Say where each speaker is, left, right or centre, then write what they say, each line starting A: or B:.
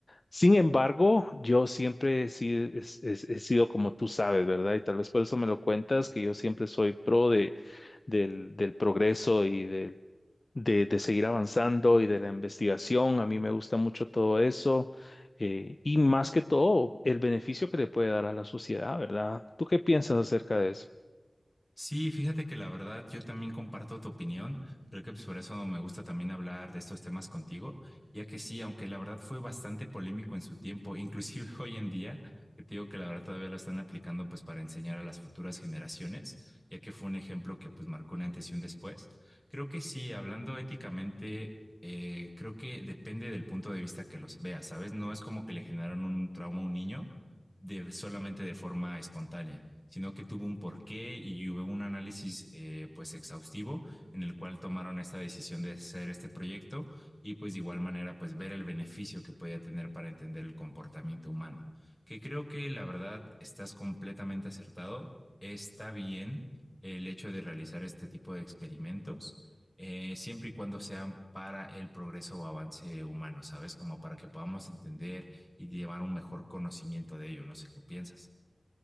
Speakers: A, on the left; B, on the left.
A: Sin embargo, yo siempre he sido, es- es- he sido como tú sabes, ¿verdad? Y tal vez por eso me lo cuentas, que yo siempre soy pro de, del, del progreso y del- de, de seguir avanzando y de la investigación. A mí me gusta mucho todo eso. eh, y más que todo, el beneficio que le puede dar a la sociedad, ¿verdad? ¿Tú qué piensas acerca de eso?
B: Sí, fíjate que la verdad yo también comparto tu opinión. Creo que pues, por eso me gusta también hablar de estos temas contigo, ya que sí, aunque la verdad fue bastante polémico en su tiempo, inclusive <laughs> hoy en día, que te digo que la verdad todavía lo están aplicando pues para enseñar a las futuras generaciones, ya que fue un ejemplo que pues marcó un antes y un después. Creo que sí, hablando éticamente, eh, creo que depende del punto de vista que los veas, ¿sabes? No es como que le generaron un trauma a un niño de solamente de forma espontánea sino que tuvo un porqué y hubo un análisis eh, pues exhaustivo en el cual tomaron esta decisión de hacer este proyecto y pues de igual manera pues ver el beneficio que podía tener para entender el comportamiento humano, que creo que la verdad estás completamente acertado, está bien el hecho de realizar este tipo de experimentos eh, siempre y cuando sean para el progreso o avance humano, ¿sabes? Como para que podamos entender y llevar un mejor conocimiento de ello. No sé qué piensas.